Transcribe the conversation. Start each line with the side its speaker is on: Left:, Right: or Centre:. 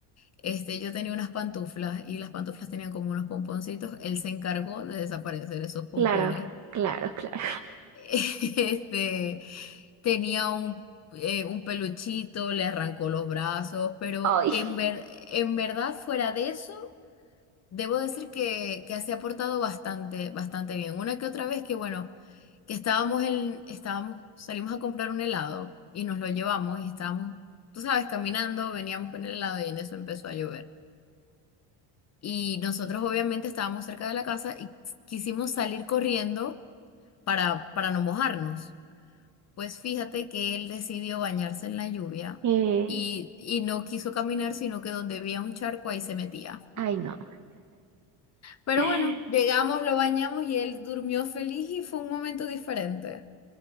Left: este, yo tenía unas pantuflas y las pantuflas tenían como unos pomponcitos. Él se encargó de desaparecer esos pompones.
Right: Claro, claro, claro.
Left: <laughs> Este, tenía un, eh, un peluchito, le arrancó los brazos, pero
Right: Ay,
Left: en ver- en verdad, fuera de eso, debo decir que, que se ha portado bastante, bastante bien. Una que otra vez que, bueno, que estábamos en, estábamos, salimos a comprar un helado y nos lo llevamos y estábamos, tú sabes, caminando, veníamos con el helado y en eso empezó a llover. Y nosotros obviamente estábamos cerca de la casa y quisimos salir corriendo para, para no mojarnos. Pues fíjate que él decidió bañarse en la lluvia
Right: eh,
Left: y, y no quiso caminar, sino que donde había un charco ahí se metía.
Right: ay, no.
Left: Pero
Right: <gasps>
Left: bueno, llegamos, lo bañamos y él durmió feliz y fue un momento diferente.